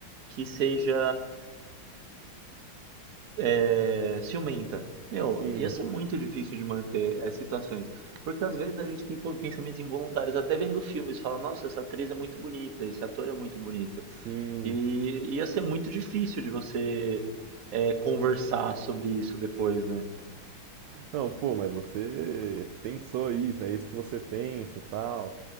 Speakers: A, on the right (about 50°); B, on the right (about 70°).
A: que seja é, ciumenta. Meu,
B: Sim,
A: ia ser muito difícil de manter essas situações. Porque às vezes a gente tem pô- pensamentos involuntários, até vendo filmes, fala, nossa, essa atriz é muito bonita, esse ator é muito bonito.
B: sim.
A: E ia ser muito difícil de você é, conversar sobre isso depois, né?
B: Não, pô, mas você pensou isso, é isso que você pensa, e tal.